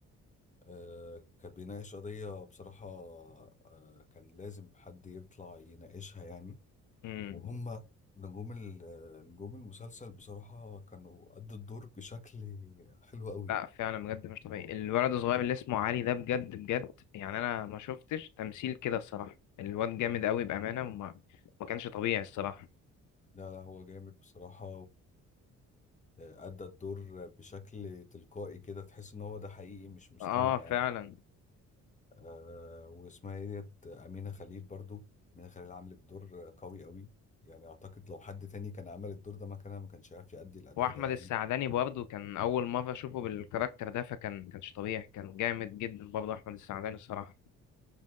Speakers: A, on the left (about 25°); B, on the left (about 75°).
A: آه كان بيناقش قضيه بصراحه آه كان لازم حد يطلع يناقشها يعني
B: امم
A: وهم نجوم ال- نجوم المسلسل بصراحة كانوا أدوا الدور بشكل حلو قوي
B: لا فعلا بجد مش طبيعي الولد الصغير اللي اسمه علي ده بجد بجد يعني انا ما شفتش تمثيل كده الصراحه الواد جامد قوي بامانه وما ما كانش طبيعي الصراحه
A: لا لا هو جامد بصراحة وأدى الدور بشكل تلقائي كده تحس إن هو ده حقيقي مش مصطنع
B: اه فعلا
A: يعني أه واسمها إيه ديت أمينة خليل برضو أمينة خليل عملت دور قوي قوي يعني أعتقد لو حد تاني كان عمل الدور ده مكانها ما كانش عارف يأدي الأداء
B: واحمد
A: ده يعني
B: السعداني برضه كان اول مره اشوفه بالكاركتر ده فكان كانش طبيعي كان جامد جدا برضه احمد السعداني الصراحه